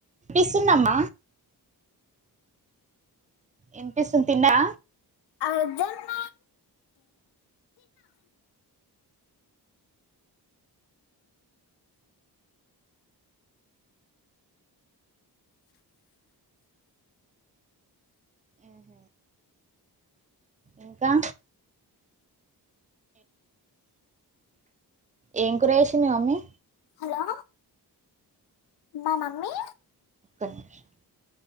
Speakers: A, on the right; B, on the left.
A: వినిపిస్తుంమ్మ ఎనిపిస్తు తిన్నా
B: అ జన్మ
A: ఆహ ఇంకా ఏం కూర చేసింది మీ మమ్మీ
B: హలో మా మమ్మీ
A: ఒక్క నిమిషం